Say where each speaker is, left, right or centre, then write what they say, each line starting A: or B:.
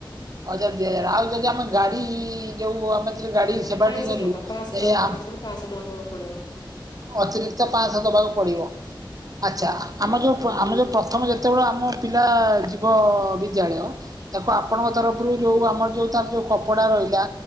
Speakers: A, on the right; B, on the left.
A: ହଜାରେ ଦିହଜାରେ ଆଉ ଯଦି ଆମେ ଗାଡି ଇ ଯୋଉ ଆମେ ଗାଡି ସେବାଟି
B: ପାଞ୍ଚଶହ
A: କରିବୁ
B: ଟଙ୍କା ପାଞ୍ଚଶହ
A: ତ
B: ଟଙ୍କା
A: ଏଇୟା
B: ଆମର ମାସକୁ ପାଞ୍ଚଶହ ଟଙ୍କା ଦବାକୁ ପଡିବ
A: ଅତିରିକ୍ତ ପାଞ୍ଚଶହ ଦବାକୁ ପଡିବ
B: ଆଜ୍ଞା।
A: ଆଚ୍ଛା ଆମ ଯୋଉ ଆମେ ଯୋଉ ପ୍ର ପ୍ରଥମେ ଯେତେବେଳେ ଆମ ପିଲା ଯିବ ବିଦ୍ୟାଳୟ ତାକୁ ଆପଣଙ୍କ ତରଫରୁ ଯୋଉ ଆମର ଯୋଉ ତାର ଯୋଉ କପଡା ରହିଲା